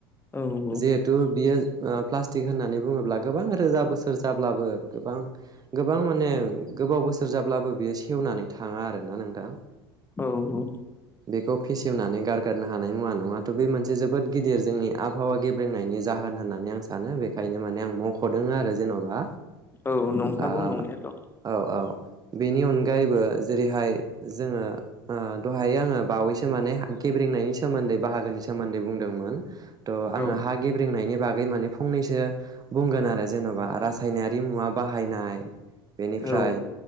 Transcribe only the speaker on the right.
जिहेतु बियो ओ प्लास टिक होननानै बुङोब्ला गोबां रोजा बोसोर जाब्लाबो गोबां गोबां माने गोबाव बोसोर जाब्लाबो बियो सेवनानै थाङा आरो ना नोंथां
बेखौ फेसेवनानै गारगारनो हानाय मुवा नङा थ' बे मोनसे जोबोद गिदिर जोंनि आबहावा गेब्रेंनायनि जाहोन होननानै आं सा सानो बेखायनो माने आं मख'दों आरो जेन'बा
आ
औ औ बेनि अनगायैबो जेरैहाय जोङो ओ दहाय आङो बावैसो माने गेब्रेंनायनि सोमोन्दै बाहागोनि सोमोन्दै बुंदोंमोन त' आङो
हा गेब्रेंनायनि बाग गै माने फो फंनैसो बुंगोन आरो जेन'बा रासायनारि मुवा बाहायनाय बेनिफ्राय